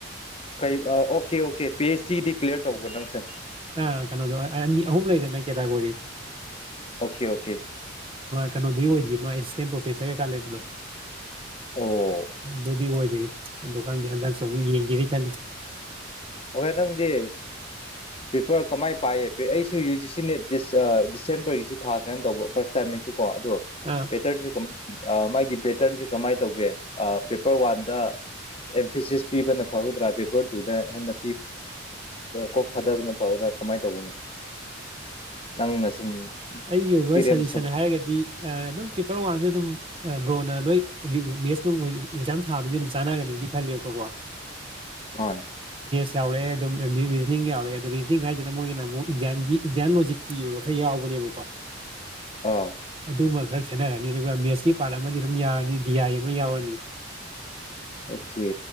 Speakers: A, on the left (about 30°); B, on the right (about 25°).
A: ꯀꯩ okay okay P H D D clear ꯇꯧꯕ ꯅꯪꯁꯦ
B: ꯑ ꯀꯩꯅꯣꯗꯣ ꯑꯅꯤ ꯑꯍꯨꯝ ꯂꯩꯗꯥꯅꯥ ꯀꯦꯇꯥꯒꯣꯔꯤ
A: ꯑꯣꯀꯦ ꯑꯣꯀꯦ
B: ꯀꯩꯅꯣꯗꯤ ꯑꯣꯏꯗꯦ <inaudible> ꯍꯦꯗ ꯑꯣꯐꯤꯁ ꯀꯩꯀꯥ ꯂꯩꯕꯗꯣ
A: ꯑꯣ
B: ꯑꯗꯨꯗꯨꯗꯤ ꯑꯣꯏꯗꯔ꯭ꯤ ꯑꯗꯨ ꯈꯪꯗꯦ ꯍꯟꯗꯛꯁꯨ ꯑꯃꯨꯛ ꯌꯦꯡꯒꯦ ꯈꯜꯂꯤ
A: ꯑꯣꯍꯦ ꯅꯪꯗꯤ ꯄꯦꯄꯔ ꯀꯃꯥꯏꯅ ꯄꯥꯏꯌꯦ ꯑꯩꯁꯨ ꯌꯨ ꯖꯤ ꯁꯤꯅꯦ ꯗꯤꯁꯦꯝꯕꯔꯒꯤꯁꯨ ꯊꯥ ꯁꯥꯏꯅ ꯇꯧꯕ ꯐꯥꯔꯁ ꯇꯥꯏꯝ ꯑꯩꯁꯨ ꯀꯣ ꯑꯗꯣ
B: ꯑꯥ
A: ꯄꯦꯇꯔꯟꯁꯦ ꯀꯃꯥꯏ ꯃꯥꯒꯤ ꯄꯦꯇꯔꯟꯁꯦ ꯀꯃꯥꯏꯅ ꯇꯧꯒꯦ ꯄꯦꯄꯔ ꯋꯥꯟꯗ ꯑꯦꯝꯐꯤꯁꯤꯁ ꯄꯤꯕꯅ ꯐꯒꯗ꯭ꯔꯥ ꯄꯦꯄꯔ ꯇꯨꯗ ꯍꯦꯟꯅ ꯀꯣꯛ ꯊꯥꯗꯕꯅ ꯊꯗꯅ ꯀꯃꯥꯏꯅ ꯇꯧꯕꯅꯤ ꯅꯪꯅ ꯁꯨꯝ
B: ꯑꯩꯒꯤ ꯑꯣꯏꯕ
A: ꯄꯦꯔꯦꯟꯁꯇꯣ
B: ꯁꯖꯦꯁꯟ ꯍꯥꯏꯔꯒꯗꯤ ꯑꯗꯨꯝ ꯄꯦꯄꯔ ꯋꯥꯟꯁꯨ ꯑꯗꯨꯝ ꯕ꯭ꯔꯣꯅ ꯅꯣꯏ ꯃꯦꯠꯁ ꯑꯦꯛꯖꯥꯝ ꯊꯥꯕꯅꯤꯅ ꯑꯗꯨꯝ ꯆꯥꯟꯅꯒꯅꯤꯗꯤ ꯈꯜꯂꯦꯕꯀꯣ <inaudible>
A: ꯍꯣꯏ
B: <inaudible> ꯆꯥꯎꯔꯦ ꯑꯗꯨꯝ ꯔꯤꯖꯅꯤꯡ ꯌꯥꯎꯔꯦ ꯑꯗꯣ ꯔꯤꯖꯅꯤꯡ ꯍꯥꯏꯁꯤꯅ ꯃꯣꯏꯒꯤꯅ ꯑꯃꯨꯛ ꯏꯟꯗꯤꯌꯥꯟꯒꯤ ꯏꯟꯗꯤꯌꯥꯟ ꯂꯣꯖꯤꯛ ꯀꯤꯌ ꯉꯁ ꯌꯥꯎꯕꯅꯦꯕꯀꯣ
A: ꯑꯥ
B: ꯑꯗꯨ ꯃꯈꯔ ꯈꯦꯠꯅꯔꯅꯤ ꯑꯗꯨꯒ ꯃꯦꯁꯤ ꯄꯥꯔꯠ ꯑꯃꯗꯤ ꯑꯗꯨꯝ ꯌꯥꯔꯅꯤ ꯗꯤ ꯑꯥꯏ ꯑꯃ ꯌꯥꯎꯔꯅꯤ
A: ꯑꯣꯀꯦ